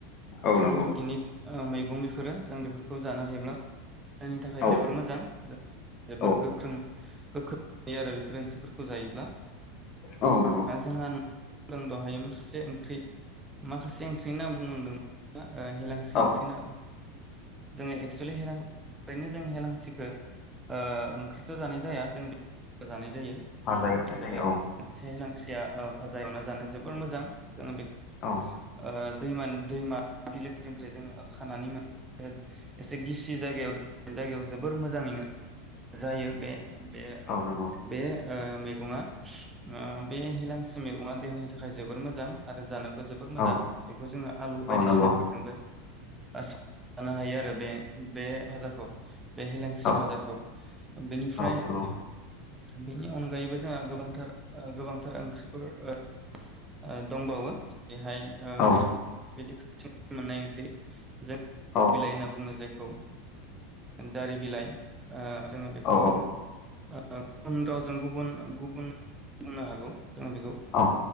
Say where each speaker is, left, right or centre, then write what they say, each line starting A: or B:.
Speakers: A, on the left; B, on the right.
A: हागोन नामा औ नंगौ औ नंगौ
B: अर्गेनिक ओ मैगं गं बेफोरो जों बेफोरखौ जानो हायोब्ला जोंनि थाखाय
A: औ
B: जोबोर मोजां जो जोबोर
A: औ
B: गोख्रों गोख्रों थारो आरो बेफोर ओंख्रिफोरखौ जायोब्ला।
A: औ नंगौ
B: दा जोंहा दहाय माखासे ओंख्रि माखासे ओंख्रिनि नाम बुं <unintelligible> ओ हेलांसि
A: औ
B: ओंख्रि ना जोङो एक्सेलि हेलां ओरैनो जों हेलांसिखो ओ ओंख्रिथ जानाय जाया जों जानाय जायो
A: फाजा एवनाय
B: बेयो
A: जायो औ।
B: मोनसे हेलांसिया ओ फाजा एवना जानो जोबोर मोजां जों बे ओ
A: औ
B: दैमान दैमा बिलोफोरनिफ्राय जोङो खानानै मोनो एसे गिसि जायगायाव जायगायाव जोबोर मोजाङैनो जायो बे बे ओ
A: औ नंगौ
B: बे ओ मेगङा ओ बे हेलेंसि मेगङा देहानि थाखाय जोबोर मोजां। आरो जानोबो जोबोद मोजां
A: औ
B: बेखौ जोङो आलु बायदि
A: औ नंगौ
B: सिनाफोरजोंबो जानो हायो आरो बे बे भाजाखौ। बे हेलांसि
A: औ
B: भाजाखौ बेनिफ्राय
A: नंगौ
B: बेनि अनगायैबो जोंहा गोबांथार ओ गोबांथार ओंख्रिफोर ओ ओ दंबावो। बेहाय ओ
A: औ
B: बिदि <unintelligible> मोननाय ओंख्रि जों
A: औ
B: बिलाइ होनना बुंनाय जाय औ जारि बिलाइ ओ जोङो बेखौ
A: औ
B: ओ ओ गुबुन रावजों गुबुन गुबुन बुंनो हागौ। जों बिखौ
A: औ